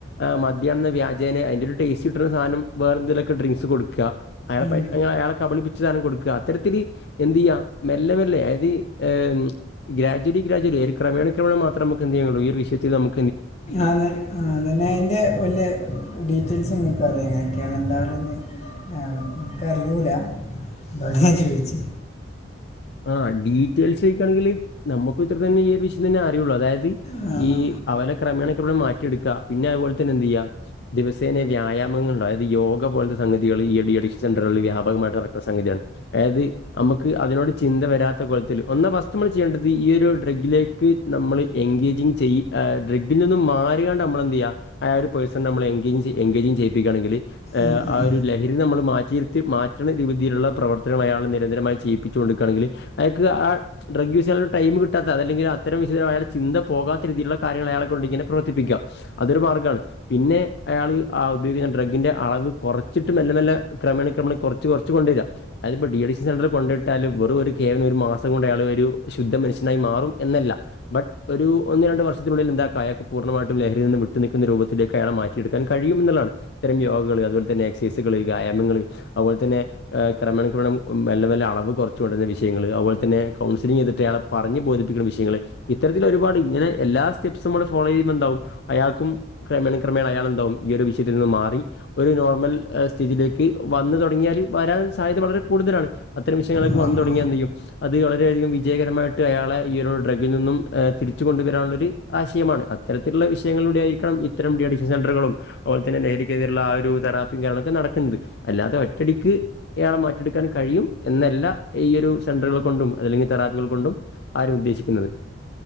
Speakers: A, on the left (about 60°); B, on the left (about 35°).
A: ഈഹ് മദ്യംന്ന വ്യാജേനെ അതിന്റൊരു ടേസ്റ്റ് കിട്ടണ സാനം വേറെന്തേലൊക്കെ ഡ്രിങ്ക്സ് കൊടുക്ക്കാ അയാള
B: ഉം.
A: പ അയാളെ കബളിപ്പി ച്ച് ദാനം കൊട്ക്കാ. അത്തരത്തില് എന്തിയ്യാ മെല്ലെ മെല്ലെ അതായത് ഏഹ് ഗ്രാജ്വലി ഗ്രാജ്വലി ഒരു ക്രമേണ ക്രമേണ മാത്രമ്മക്ക് എന്തെയ്യാൻ കയ്യുള്ളു ഈ ഒരു വിഷയത്തില് നമ്ക്
B: അതെ ആഹ്. പിന്നെ അയ്ന്റെ ഒര് ഡീറ്റെയിൽസ് ഇങ്ങൾ പറയോ എങ്ങനൊക്കെയാണ് എന്താണ്ന്ന്. ആ ഇക്കറിയൂല്ലാ. അതോണ്ടാ ഞാൻ ചോയിച്ചേ.
A: ആഹ് ഡീറ്റെയിൽസോയിക്കാണെങ്കില്, നമമ്മക്കു ഇത്ര തന്നെ ഈ ഒരു വിഷയം തന്നെ അറിയൊള്ളൂ. അതായത് ത്
B: ആ
A: ഈ
B: ആ
A: അവലെ ക്രമേണ ക്രമേണെ മാറ്റിയെട്ക്കാ. പിന്നെ അത്പോലെ തന്നെ എന്തെയ്യാ ദിവസേനെ വ്യായാമങ്ങള്ണ്ട്. അതായത് യോഗ പോലത്തെ സംഗതികള്. ഈയടിയടി ഡീ അഡിക്ഷൻ സെന്ററ്കള് വ്യാപകമായിട്ട് നടക്ക്ന്ന സംഗതിയാണ്. അതാത് അമ്മക്ക് അതിനോട് ചിന്ത വരാത്ത കോലത്തില്. ഒന്ന് ഫസ്റ്റമ്മള് ചെയ്യണ്ടത് ഈ ഒരു ഡ്രഗ്ഗിലേക്ക് നമ്മൾ എഗ്ഗേജിങ്ങ് ചെയ്യ് ആഹ് ഡ്രഗ്ഗിൽ നിന്നും മാറിയാണ്ട് അമ്മളെന്തിയ്യാ ആ ഒരു പേഴ്‌സൺ നമ്മളെ എഗ്ഗേജ് എഗ്ഗേജിങ്ങ് ചെയ്യിപ്പിക്കാണെങ്കില് ഏഹ്
B: ഉം, ഉം.
A: ആ ഒരു ലഹരി നമ്മള് മാറ്റിയിരുത്തി മാറ്റണ രീതീല്ള്ള പ്രവർത്തനങ്ങൾ അയാള് നിരന്തരമായി ചെയ്യിപ്പി ച്ചോണ്ട്ക്കാണെങ്കില് അയാക്ക്‌ ആ ഡ്രഗ് യൂസെയ്യാനൊരു ടൈമ് കിട്ടാത്ത അതല്ലങ്കില് അത്തരം ഹിതം അയാളെ ചിന്ത പോകാത്ത രീതിയിലുള്ളാരോ കാര്യങ്ങള് അയാളെ കൊണ്ട് ഇങ്ങനെ പ്രവർത്തിപ്പിക്കാ. അതൊരു മാർഗ്ഗാണ്. പിന്നെ അയാള് ആ ഉപയോഗിക്കുന്ന ഡ്രഗ്ഗിന്റെ അളവ് കൊറച്ചിട്ട് മെല്ലെ മെല്ലെ ക്രമേണ ക്രമേണ കൊറച്ച് കൊറച്ച് കൊണ്ടരാ. അതിപ്പോ ഡീ അഡിക്ഷൻ സെന്ററി കൊണ്ട് ഇ ട്ടാലും വെറു ഒരു കേവലം ഒരു മാസം കൊണ്ട് അയാളൊരു ശുദ്ധ മനുഷ്യനായി മാറും എന്നല്ല. ബട്ട്. ഒരു ഒന്ന് രണ്ട് വർഷത്തിനുള്ളിൽ എന്താക്കാ അയാക്ക് പൂർണ്ണമായിട്ടും ലഹരിയിൽ നിന്ന് വിട്ടു നിക്കുന്ന രൂപത്തിലേക്ക് അയാളെ മാറ്റിയെടുക്കാൻ കഴിയുംന്നുള്ളതാണ്. ഇത്തരം യോഗകള് അത്പോലത്തന്നെ എക്സൈസ്കള് വ്യായാമങ്ങള് അത്പോലത്തന്നെ ഈഹ് ക്രമേണ ക്രമേണ മെല്ലെ മെല്ലെ അളവ് കൊറച്ച് കൊണ്ടര്ന്ന വിഷയങ്ങള്, അഹ്പോല തന്നെ കൗൺസിലിങ്ങ് ചെയ്ത്ട്ട് അയാളെ പറഞ്ഞ് ബോധിപ്പിക്ക്ണ വിഷയങ്ങള്. ഇത്തരത്തില് ഒരുപാട് ഇങ്ങനെ എല്ലാ സ്റ്റെപ്സും മ്മള് ഫോളോ ചെയ്യുമ്പോ എന്താവും അയാക്കും. ക്രമേണെ, ക്രമേണ അയാളെന്താവും ഈ ഒരു വിഷയത്തിന്ന് മാറി. ഒരു നോർമൽ ഹ് സ്ഥിതിലേക്ക് വന്ന് തൊടങ്ങിയാല് വരാൻ സാധ്യത വളരെ കൂടുതലാണ് അത്തരം വിശ് ള്ക്ക്
B: ആ
A: വന്ന് തൊടങ്ങിയാ
B: ആ
A: എന്തിയ്യും. അത് വളരെ അധികം വിജയകരമായിട്ട് അയാളെ ഈ ഒരു ഡ്രഗിൽ നിന്നും ഏഹ് തിരിച്ചു കൊണ്ടുവരാനുള്ളൊര്. ആശയമാണ് അത്തരത്തിലുള്ള വിഷയങ്ങളിലൂടെ ആയിരിക്കണം ഇത്തരം ഡിഅഡിക്ഷൻ സെന്ററുകളും. അഹ്പോലെതന്നെ ലഹരിക്കെതിരുള്ള ആ ഒരു തെറാപ്പീ കാര്യങ്ങളൊക്കെ നടക്ണ്ത് അല്ലാതെ ഒറ്റടിക്ക് ഇയാളെ മാറ്റിയെടുക്കാൻ കഴിയും. എന്നല്ലാ ഈ ഒരു സെന്ററ്കളെ കൊണ്ടും അതല്ലെങ്കി തെറാപ്പികള് കൊണ്ടും ആരും ഉദ്ദേശിക്കുന്നത്.